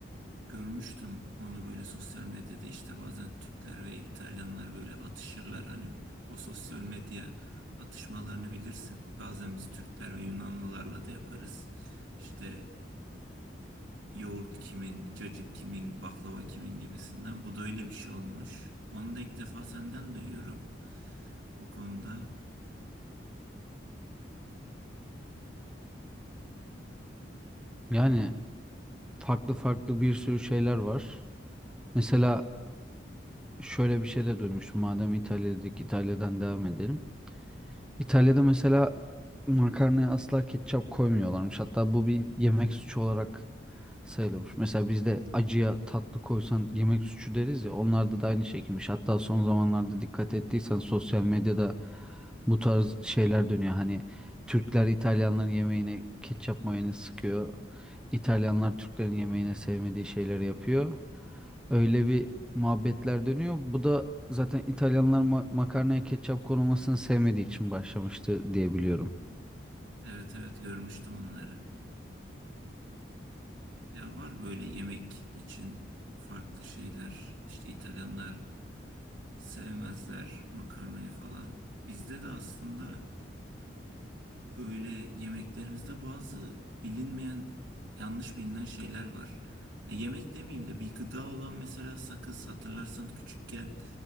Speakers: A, on the right; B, in the centre.
A: Görmüştüm onu böyle sosyal medyada işte bazen Türkler ve İtalyanlar böyle atışırlar. Hani o sosyal medya atışmalarını bilirsin. Bazen biz Türkler ve Yunanlılarla da yaparız. İşte yoğurt kimin, cacık kimin, baklava kimin gibisinden. Bu da öyle bir şey olmuş. Onu da ilk defa senden duyuyorum bu konuda.
B: Yani farklı farklı bir sürü şeyler var. Mesela şöyle bir şey de duymuştum. Madem İtalya'daki İtalya'dan devam edelim. İtalya'da mesela makarnaya asla ketçap koymuyorlarmış. Hatta bu bir yemek suçu olarak sayılıyormuş. Mesela bizde acıya tatlı koysan yemek suçu deriz ya onlarda da aynı şekilmiş. Hatta son zamanlarda dikkat ettiysen sosyal medyada bu tarz şeyler dönüyor. Hani Türkler İtalyanların yemeğine ketçap mayonez sıkıyor. İtalyanlar Türklerin yemeğine sevmediği şeyleri yapıyor. Öyle bir muhabbetler dönüyor. Bu da zaten İtalyanlar ma- makarnaya ketçap konulmasını sevmediği için başlamıştı diye biliyorum.
A: Evet evet görmüştüm onları. Ya var böyle yemek için farklı şeyler. İşte İtalyanlar sevmezler makarnayı falan. Bizde de aslında böyle yemeklerimizde bazı bilinmeyen, yanlış bilinen şeyler var. Ha, yemek demeyeyim de bir gıda olan mesela sakız. Hatırlarsan küçükken